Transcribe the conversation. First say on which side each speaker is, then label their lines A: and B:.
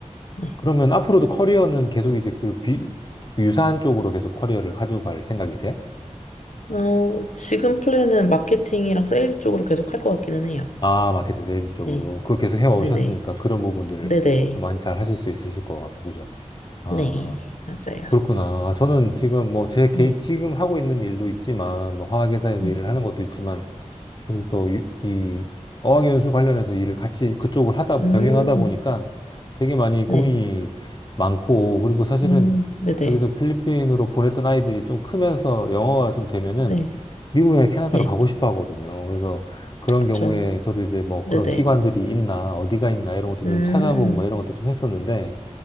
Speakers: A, on the left; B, on the left.
A: 네.
B: 그러면 앞으로도 커리어는 계속 이제 그 비, 그 유사한 쪽으로 계속 커리어를 가지고 갈 생각이세요?
A: 어, 지금 플랜은 마케팅이랑 세일즈 쪽으로 계속 할 것 같기는 해요.
B: 아, 마케팅 세일 쪽으로.
A: 네.
B: 그걸 계속 해오셨으니까
A: 네네.
B: 그런 부분들을
A: 네네.
B: 또 많이 잘 하실 수 있으실 것 같고, 그죠?
A: 네.
B: 아,
A: 맞아요.
B: 그렇구나. 저는 지금 뭐 제 개,
A: 네.
B: 지금 하고 있는 일도 있지만, 뭐 화학회사에서
A: 네.
B: 일을 하는 것도 있지만, 그래서 또 이 어학연수 관련해서 일을 같이 그쪽을 하다
A: 음,
B: 병행하다 보니까 되게 많이
A: 네.
B: 고민이 많고 그리고 사실은
A: 음, 네네.
B: 여기서 필리핀으로 보냈던 아이들이 좀 크면서 영어가 좀 되면은
A: 네.
B: 미국이나 캐나다로
A: 네.
B: 가고 싶어 하거든요. 그래서 그런
A: 그쵸.
B: 경우에 저도 이제 뭐
A: 네네.
B: 그런 기관들이 있나 어디가 있나 이런 것도 좀
A: 음,
B: 찾아보고 막 이런 것도 좀 했었는데